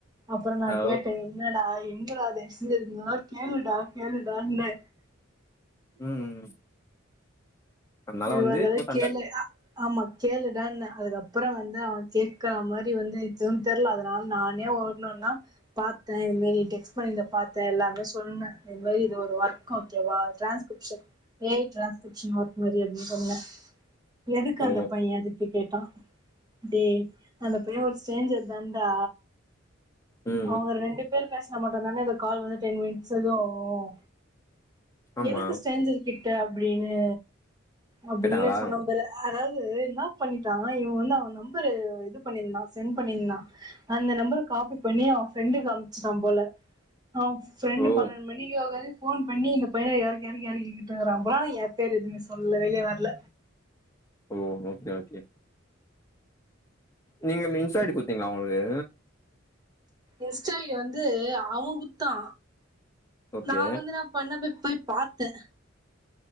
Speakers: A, on the right; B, on the left.
A: அப்பற நா
B: ஓ
A: கேட்டே என்னடா என் தயவ்செஞ்சு எத்னா கேளுடா கேளுடா ன்ன
B: ம் அதனால
A: எதுவார்ந்தாலு
B: வந்து இப்போ சண்ட
A: கேளு அ ஆமா கேளுடான்ன அதுக்கப்பற வந்து அவ கேக்கற மாரி வந்து எதுவும் தெர்ல அதனால் நானே ஒன்னொன்னா பாத்த இதுமேரி டெக்ஸ்ட் பண்ணி பாத்த எல்லாமே சொன்ன இது மாரி இது ஒரு வொர்க்கா தேவா ட்ரான்ஸ்கிரிப்ஷன் எயிட் ட்ரான்ஸ்கிரிப்ஷன் வொ மரியன் சொன்ன எதுக்கு
B: ஓ
A: அந்த பைய எதுக்கு கேட்டா டே அந்த பெய ஒரு ஸ்ட்ரேஞ்சர் தான்டா
B: ம்
A: அவங்க
B: ம்
A: ரெண்டு பேரு பேஸ்னா மட்டுதாங்க இந்த கால் வந்து டென் மினிட்ஸ் இதுவாகு
B: ஆமா
A: எதுக்கு ஸ்ட்ரேஞ்சர் கி க அப்டின்னு அப்பிடியே
B: கேட்டாங்களா
A: சொன்னம் பாரு அதா ன்னா பண்ணிட்டா இவ் வந்து அவ நம்பரு இதுபண்ணிந்தா சென்ட் பண்ணிர்ந்தா அந்த நம்பரு காபி பண்ணி அவ ஃப்ரெண்டுக்கு அம்ச்சுட்டாம் போல அவ ஃப்ரெண்டு
B: ஓ
A: பன்னெண்டு மணிக்கு ஒக்காந்து போன் பண்ணி இந்த பையன் எறக்கி எறக்கி எறகிக்கிட்ருக்குறாம்பா எ பேர் எதுமே சொல்ல வெளிய வர்ல
B: ஓ ஓகே ஓகே நீங்க மின்சாய்டு குத்தீங்ளா அவ்வுங்கள்க்கு
A: எஸ்டாய் வந்து அவங்குத்தா
B: ஓகே
A: நா வந்துன்ன பண்ண பி போய் பார்த்தேன்